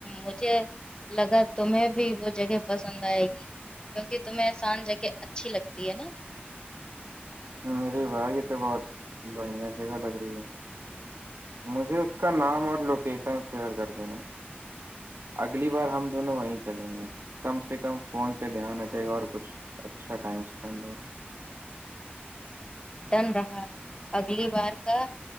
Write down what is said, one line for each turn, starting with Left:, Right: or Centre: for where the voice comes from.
Left: مجھے لگا تمہیں بھی وہ جگہ پسند آئے گی کیونکہ تمہیں سان جگہ اچھی لگتی ہے نا
Right: میرے بھائی یہ تو بہت بڑھیا جگہ لگ رہی ہے مجھے اس کا نام اور لوکیشن شیئر کر دینا اگلی بار ہم دونوں وہیں چلیں گے کم سے کم فون سے دھیان ہٹے گا اور کچھ اچھا ٹائم اسپینڈ ہوگا
Left: ٹن رہا اگلی بار کا